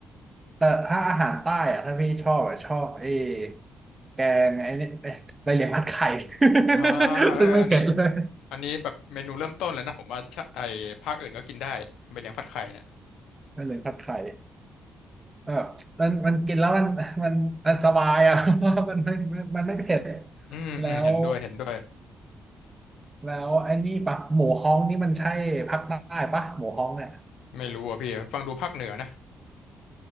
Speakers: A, on the right; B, on the left.
A: แต่ถ้าอาหารใต้อ่ะถ้าพี่ชอบอ่ะชอบไอ้แกงไอ้นี่ไอ้ใบเหลียงผัดไข่ <laughs>
B: อ่าเอออันนี้
A: ซึ่งไม่เผ็ดเลย
B: อันนี้แบบเมนูเริ่มต้นเลยนะผมว่าชะไอ้ภาคอื่นก็กินได้เป็นเลี้ยงผัดไข่เนี่ย
A: ใบเหลียงผัดไข่ แบบมันมันกินแล้วมันมันมันสบายอ่ะ <laughs> เพราะว่ามันไม่มันมันไม่เผ็ด
B: อืมอืมเห็นด้วยเห็นด้วย
A: แล้ว แล้วไอ้นี่ปะหมูฮ้องนี่มันใช่ภาคใต้ปะ หมูฮ้องเนี่ย
B: ไม่รู้อ่ะพี่ฟังดูภาคเหนือนะ